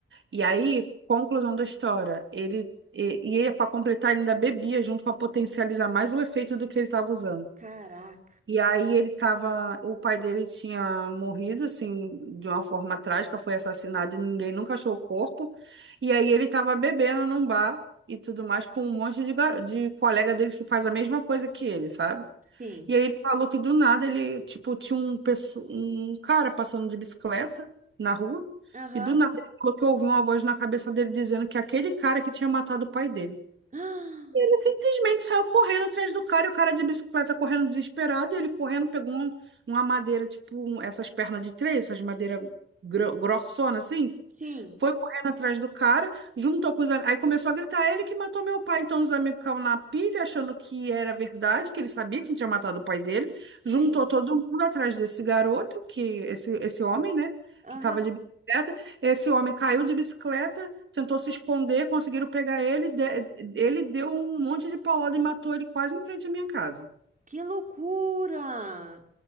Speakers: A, on the right; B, on the right.
A: E aí, conclusão da história, ele e, e ele para completar ele ainda bebia junto para potencializar mais o efeito do que ele estava usando.
B: caraca,
A: E aí ele tava, o pai dele tinha morrido assim de uma forma trágica, foi assassinado e ninguém nunca achou o corpo. E aí ele tava bebendo num bar e tudo mais com um monte de, gar- de colega dele que faz a mesma coisa que ele, sabe?
B: sim,
A: E aí ele falou que do nada ele, tipo, tinha um, pesso- um cara passando de bicicleta na rua
B: aham.
A: e do nada
B: <gasps>
A: ele falou que ouviu uma voz na cabeça dele dizendo que aquele cara que tinha matado o pai dele.
B: Ah,
A: Ele simplesmente saiu correndo atrás do cara, e o cara de bicicleta correndo desesperado, e ele correndo, pegou um- uma madeira, tipo, um- essas pernas de três, essas madeiras grossona assim,
B: sim,
A: foi correndo atrás do cara, juntou com os amigos. Aí começou a gritar, ele que matou meu pai. Então os amigos caíram na pilha, achando que era verdade, que ele sabia quem tinha matado o pai dele.
B: sim.
A: Juntou todo mundo atrás desse garoto, que esse, esse homem, né?
B: Aham.
A: Que estava de bicicleta. Esse homem caiu de bicicleta, tentou se esconder, conseguiram pegar ele. de- ele deu um monte de paulada e matou ele quase em frente à minha casa.
B: Que loucura!